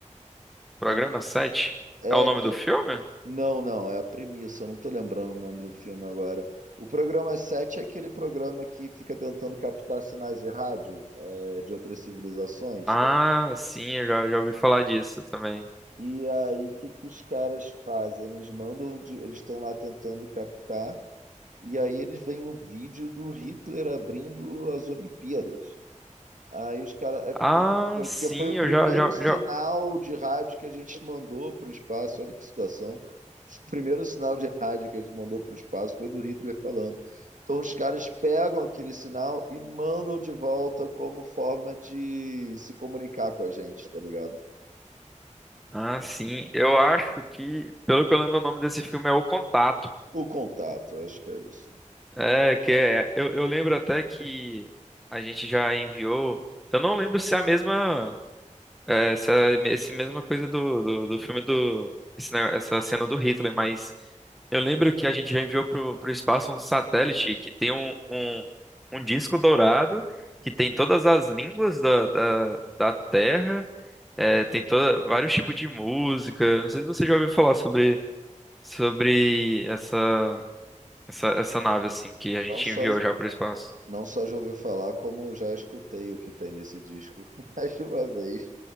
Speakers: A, in the centre; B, on the right.
A: Programa
B: Eu-
A: 7.
B: é,
A: É o nome
B: que
A: do filme?
B: Não, não, é a premissa, eu não tô lembrando o nome do filme agora. O programa 7 é aquele programa que fica tentando captar sinais de rádio, é, de outras civilizações.
A: Ah,
B: tá?
A: sim, eu já, já ouvi falar disso também.
B: E aí, o que que os caras fazem? Eles mandam, de- eles estão lá tentando captar, e aí eles veem um vídeo do Hitler abrindo as Olimpíadas. Aí os caras. É
A: Ah,
B: porque, foi,
A: sim,
B: porque foi o
A: eu
B: primeiro
A: já, já,
B: sinal
A: já...
B: de rádio que a gente mandou para o espaço. Olha que situação. O primeiro sinal de rádio que a gente mandou para o espaço foi do Hitler falando. Então os caras pegam aquele sinal e mandam de volta como forma de se comunicar com a gente, tá ligado?
A: Ah, sim, eu acho que, pelo que eu lembro, o nome desse filme é O Contato.
B: O contato, acho que é isso.
A: É, que é, eu, eu lembro até que a gente já enviou. Eu não lembro se é a mesma. É, essa, esse mesma coisa do, do, do filme do. esse ne- essa cena do Hitler, mas eu lembro que a gente já enviou pro, pro espaço um satélite que tem um, um, um disco dourado, que tem todas as línguas da, da, da Terra, é, tem toda, vários tipos de música. Não sei se você já ouviu falar sobre, sobre essa. Essa, essa nave, assim, que a
B: Então
A: gente
B: só,
A: enviou já para o espaço.
B: Não só já ouvi falar, como já escutei o que tem nesse disco <laughs> mais de uma vez.